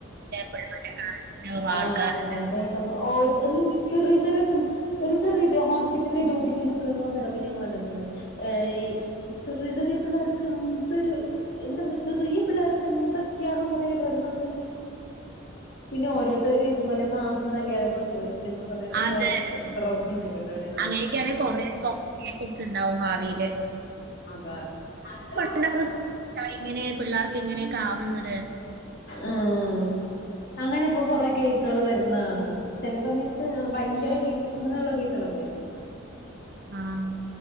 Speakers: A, on the right; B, on the left.
A: പിള്ളേരെ കാണിച്ചിട്ടുണ്ടാവും
B: ആ
A: ആൾക്കാരെ
B: അതെത ഒര് മ് ചെറിയ ചെറിയ പിള്ളേ ചെറിയ ചെറിയ ഹോസ്പി ഹോസ്പിറ്റൽ ഡ്യൂട്ടിക്ക് നിൽക്കുന്നസമയതൊക്കെ ഞൻ കണ്ടിട്ടണ്ട് ഈ ചെറിയ ചെറിയ പിള്ളേർക്ക് എന്തൊരു എന്താ പറ ചെറിയ പിള്ളേർക്ക് എന്തൊക്കെയാന്നറിയോ വര്ണത് പിന്നെ ഓരോര്ത്തര് ഇതുപോലെ മാസം തകയാതെ പ്രസവദിക്കുന്ന സമയത്തൊക്കെ
A: അതെ
B: <unintelligible>
A: അങ്ങനെയൊക്കെയാണെങ്കിൽ കുറെ കോമ്പറ്റീഷൻസ് ഉണ്ടാവും ഭാവിയില്
B: അതാ അത്കൊണ്ടാണെന്ന്
A: എന്താണ് താ ഇങ്ങനെ പിള്ളേർക്ക് ഇങ്ങനെയൊക്കെ ആവുന്നത്
B: എഹ് അങ്ങനെയൊക്കെ കൊറ കേസള് വരുന്നണാം ചില സമയത്ത് ഭയങ്കര കേസ് ഇങ്ങനള്ള കേസുകളൊക്കെ വരുന്നെ
A: ആഹ്